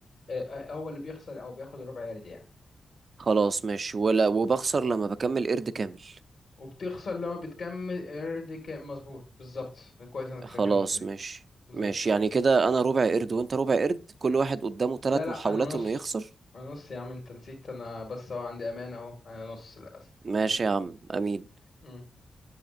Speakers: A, on the left (about 60°); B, on the right (about 55°).
A: آه آه، هو اللي بيخسر او بياخد الربع يارد يعني
B: خلاص ماشي ولا وبخسر لما بكمل قرد كامل
A: وبتخسر لما بتكمل قرد كامل مظبوط بالظبط كويس انك
B: خلاص
A: فاكر النقطة دي
B: ماشي
A: بالظبط
B: ماشي يعني كده انا ربع قرد وانت ربع قرد كل واحد قدامه ثلاث
A: لا لا
B: محاولات
A: انا نص
B: انه يخسر
A: انا نص يا عم انت نسيت انا بس هو عندي امانة اهو انا نص للاسف
B: ماشي يا عم امين
A: مم.